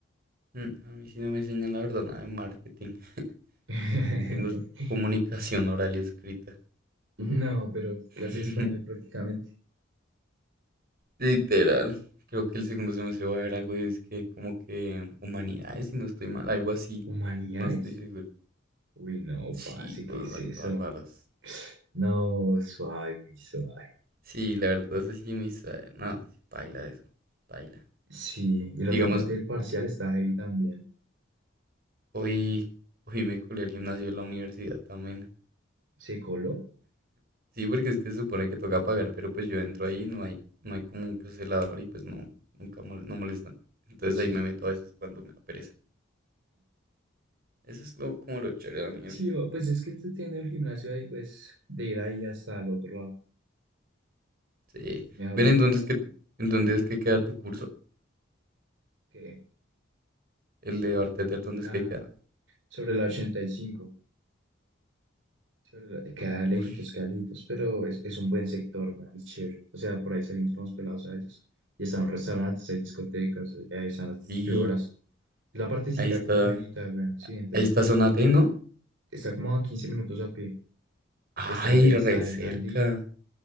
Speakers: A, on the right; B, on the right.
A: mm, a mí sí no me enseñan la verdad nada de marketing. <laughs>
B: <laughs>
A: Yo tengo es comunicación oral y escrita.
B: No, pero clase
A: <laughs>
B: de español prácticamente.
A: Literal. Creo que el segundo semestre va a haber algo, es que como que humanidades, si no estoy mal, algo así.
B: ¿Humanidades?
A: No estoy seguro.
B: Uy, no,
A: Sí,
B: parce, ¿qué
A: cosas
B: es
A: ahí
B: eso?
A: todas raras.
B: No, suave, muy suave.
A: Sí, la verdad, eso sí, muy suave. No, baila eso, baila.
B: Sí, y
A: Digamos,
B: la otra parte del parcial está ahí también.
A: hoy, hoy me colé al gimnasio de la universidad también.
B: ¿Se coló?
A: Sí, porque es que se supone que toca pagar, pero pues yo entro ahí, no hay, no hay como un celador y pues no, nunca mol- no molestan. Entonces
B: Sí,
A: ahí me
B: sí.
A: meto a veces cuando me da pereza. Eso es lo, como lo chévere de la universidad.
B: Sí, o- pues es que usted tiene el gimnasio ahí, pues de ir ahí hasta el otro lado,
A: Sí.
B: pues mejor
A: Ven, ¿en dónde
B: va,
A: es
B: va
A: que,
B: ahí,
A: en dónde es que queda tu curso?
B: que
A: El de bartender, ¿dónde
B: ah,
A: es que queda?
B: sobre la ochenta y cinco sobre la- queda
A: Uy,
B: lejitos, queda lejitos, pero es, es un buen sector, weón, es chévere. O sea, por ahí salimos con los pelados a veces. Y están los restaurantes, hay discotecas, eh, ahí están las distribuidoras.
A: sí,
B: La partecita
A: ahí está,
B: gomelita, weón, sí, entonces
A: ahí está zona T, ¿no?
B: está como a 15 minutos a pie. Está,
A: Ay,
B: el- está
A: re cerca.
B: el andino,